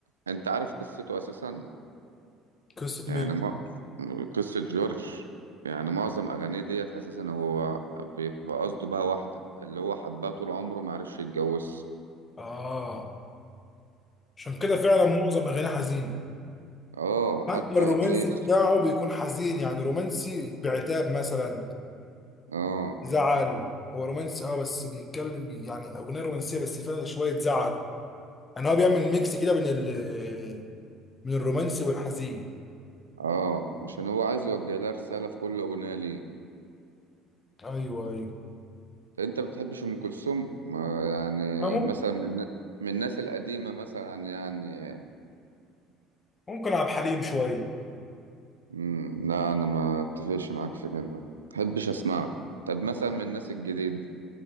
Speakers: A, on the right; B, on the left.
A: انت عارف قصته اساسا
B: قصه
A: يعني
B: مين
A: ما قصة جورج يعني معظم أغانيه ديت أساسا هو بيبقى قصده بقى واحدة اللي هو حبها طول عمره معرفش يتجوزها
B: اه عشان كده فعلا معظم اغاني حزين
A: اه
B: حتى
A: حتى
B: الرومانسي
A: هتلاقيه
B: بتاعه بيكون حزين يعني رومانسي بعتاب مثلا
A: اه
B: زعل هو رومانسي اه بس بيتكلم يعني اغنيه رومانسيه بس فيها شويه زعل يعني هو بيعمل ميكس كده بين ال من الرومانسي والحزين
A: اه عشان هو عايز يوجه لها رسالة في كل أغنية ليه
B: ايوه ايوه
A: طب انت بتحبش أم كلثوم ما يعني
B: انا ممكن
A: مثلا من من الناس القديمة مثلا يعني
B: ممكن عبد الحليم شويه
A: مم. لا أنا ما اتفقش معاك في كده ما بحبش أسمعه طب مثلا من الناس الجديدة